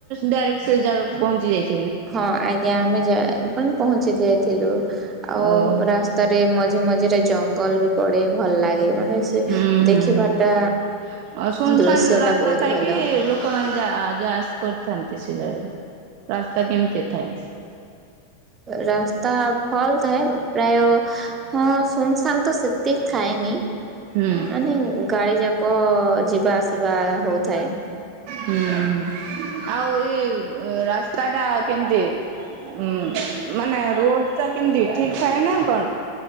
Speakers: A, on the right (about 40°); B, on the right (about 25°).
A: ଡାଇରେକ୍ଟ ସେ ଯାଗକୁ ପହଞ୍ଚିଯାଇଛି।
B: ହଁ ଆଜ୍ଞା ଆମେ ଯ ମାନେ ପହଞ୍ଚି ଯାଇଥିଲୁ ଆଉ
A: ଓହୋ
B: ରାସ୍ତାରେ ମଝି ମଝି ସେଟା ଜଙ୍ଗଲ ବି ପଡେ ଭଲ ଲାଗେ। ମାନେ ସେ
A: ହୁଁ
B: ଦେଖିବାଟା
A: ହୁଁ ସୁନସାନ୍
B: ଦୃଶ୍ୟଟା
A: ରାସ୍ତା
B: ବହୁତ
A: ଥାଇକି
B: ଭଲ।
A: ଲୋକମାନେ ଯ ଯା କରିଥାନ୍ତି ସେ ଜାଗାରେ ରାସ୍ତା କେମିତି ଥାଏ?
B: ରାସ୍ତା ଫଲ ଥାଏ ପ୍ରାୟ ହଁ ସୁନସାନ ତ ସେତିକି ଥାଏନି
A: ହୁଁ
B: ମାନେ ଗାଡି ଯାକ ଲୋକ ଯିବା ଆସିବା ହଉଥାଏ।
A: ହୁଁ ହୁଁ ଆଉ ଏଇ ରାସ୍ତା ଟା କେମିତି ଉ ମାନେ ରୋଡ ଟା କେମିତି ଠିକ୍ ଥାଏ ନା କଣ?